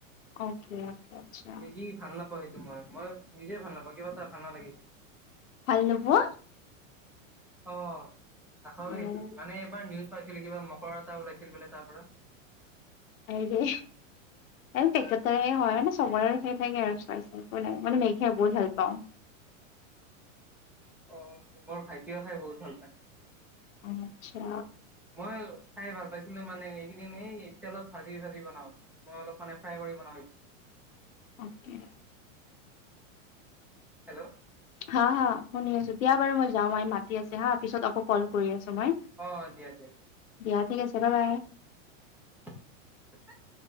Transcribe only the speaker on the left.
অ'কে। আচ্ছা
ভাল নোপোৱা?
অ',
<unintelligible> পেকেট হয় মানে চবৰে সেই থাকে আৰু <unintelligible> নাই মানে মেী খাই বহুত ভাল পাওঁ।
আচ্ছা।
অকে।
হা হা শুনি আছো দিয়া বাৰু মই যাওঁ মই মাতি আছে হা পিছত আকৌ কল কৰি আছো মই।
দিয়া ঠিক আছে ব বাই।